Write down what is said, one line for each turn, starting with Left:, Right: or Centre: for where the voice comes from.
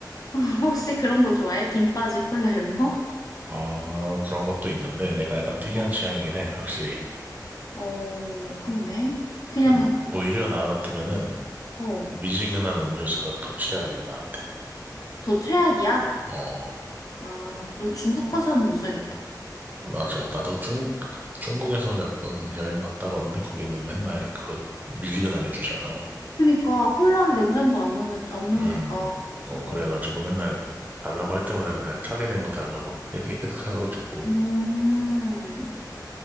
Left: <laughs> 혹시 그런 거 좋아해? 김 빠진 콜라 이런 거?
Right: 아, 그런 것도 있는데 내가 약간 특이한
Left: 어,
Right: 취향이긴 해. 확실히.
Left: 어, 그러네. 그냥,
Right: 음, 오히려 나 같으면은
Left: 어,
Right: 미지근한 음료수가 더 최악이야 나한테.
Left: 더 최악이야?
Right: 어,
Left: 아, 너 중국 가서는 못 살겠다.
Right: 맞아. 나도 중 중국에서 몇 번 여행 갔다 왔는데 거기는 맨날 그거 미지근하게 주잖아.
Left: 그러니까 콜라를 냉장고 안 넣는, 안 넣으니까.
Right: 음, 어,
Left: 어,
Right: 그래가지고 맨날 달라고 할 때마다 맨날 차게 된 거 달라고 <laughs> 얘기해가지고.
Left: 음.